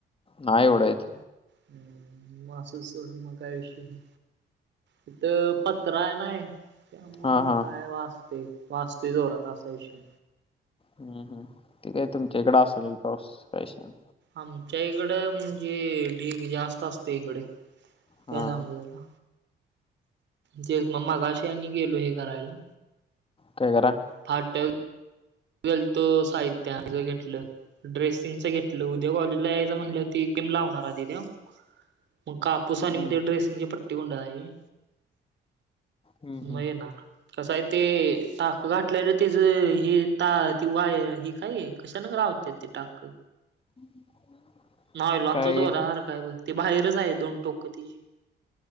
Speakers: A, on the left; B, on the right.
A: नाही एवढा येत.
B: हम्म. मग असं सोडून मग काय विषय नाही. तिथं पत्रा आहे नाही. त्यामुळ
A: हा हा
B: काय वाजतेय. वाजते जोरात असा विषय.
A: हं हं. ते काय तुमच्या इकड असल बी पाऊस. काय विषय नही.
B: आमच्या इकड म्हणजे ढीग जास्त असतो इकडे.
A: हा
B: काय सांगू तुला? ते ज गा म मघाशी आनी गेलो हे करायला
A: काय कराय?
B: फाट ट्याव गेलोतो साहित्या आणायला. घेतलं. ड्रेसिंगच घेतलं. उद्या कॉलेजला यायचं म्हणाल्यावर ती एक क्रीम लावणार आधी तेव्हा. मग कापूस आणि
A: हम्म
B: मग ते ड्रेसिंगची पट्टी गुंडाळयची.
A: हम्म हम्म
B: म येणार. कसं आहे, ते टाक घातलेलं तेच हे ता ती वाय ही काय आहे कशान लावता ती टाक?
A: <inaudible>
B: नायलॉनचा
A: काय
B: दोरा
A: आहे?
B: सारखय बर, ती बाहेरच आहे दोन टोकं तिची.